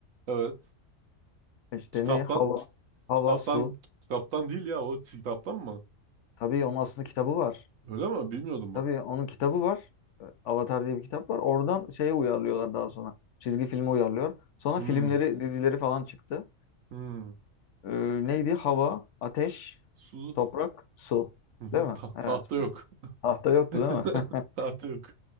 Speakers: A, on the right; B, on the left.
A: evet.
B: İşte
A: Kitaptan,
B: ne? Hava.
A: ki-
B: Hava,
A: kitaptan,
B: su.
A: kitaptan değil ya o kitaptan mı?
B: Tabii onun aslında kitabı var.
A: Öyle mi? Bilmiyordum
B: Tabii
A: bak.
B: onun kitabı var. E, Avatar diye bir kitap var. Oradan şeye uyarlıyorlar daha sonra. Çizgi filmi uyarlıyor. Sonra
A: Hmm.
B: filmleri, dizileri falan çıktı.
A: Hmm.
B: Ee, neydi? Hava, ateş,
A: Su,
B: toprak, su.
A: Hı hı,
B: Değil mi?
A: ta-
B: Evet.
A: tahta yok.
B: bu. Tahta yoktu
A: <laughs>
B: değil mi? <laughs>
A: Tahta yok.